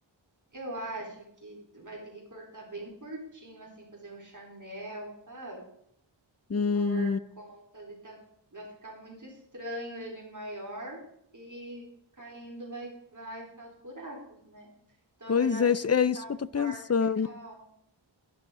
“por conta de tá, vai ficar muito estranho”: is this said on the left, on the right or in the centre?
Right